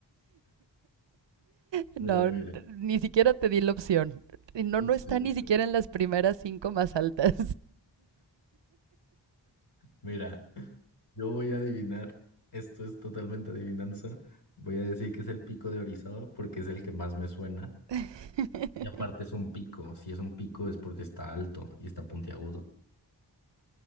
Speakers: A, on the right (about 75°); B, on the left (about 65°).
A: No,
B: Mira, mira.
A: n- ni siquiera te di la opción. Y No,
B: pues,
A: no está
B: Sí,
A: ni siquiera en las primeras cinco más altas.
B: Mira, yo voy a adivinar. Esto es totalmente adivinanza. Voy a decir que es el pico de Orizaba porque es el que más me suena.
A: <laughs>
B: Y aparte es un pico. Si es un pico es porque está alto y está puntiagudo.